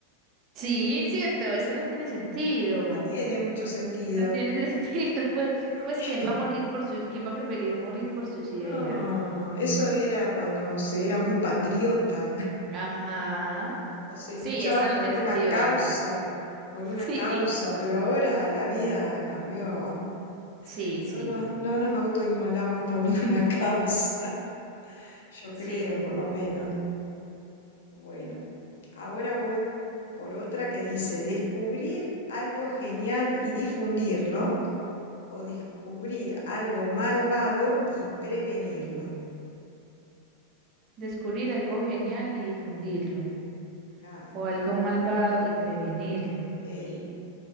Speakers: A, on the right; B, on the left.
A: Sí, cierto, esto no tiene sentido.
B: No tiene mucho sentido,
A: No tiene <laughs> sentido. Pues,
B: porque
A: pues, ¿quién va a morir por sus, quién va a preferir morir
B: <laughs>
A: por sus
B: no,
A: ideas?
B: eso era cuando se era muy patriota <laughs>
A: Ajá.
B: o se
A: Sí,
B: luchaba
A: esta no
B: por
A: tiene
B: una
A: sentido,
B: causa,
A: la verdad. <laughs>
B: por
A: Sí,
B: una causa, pero ahora la vida cambió.
A: sí,
B: No
A: sí.
B: nos, no nos autoinmolamos por <laughs> ninguna causa, yo
A: Sí,
B: creo,
A: total.
B: por lo menos. Bueno, ahora voy por otra que dice, descubrir algo genial y difundirlo o descubrir algo malvado y prevenirlo.
A: Descubrir algo genial y difundirlo.
B: Claro.
A: O algo malvado y prevenirlo.
B: Sí,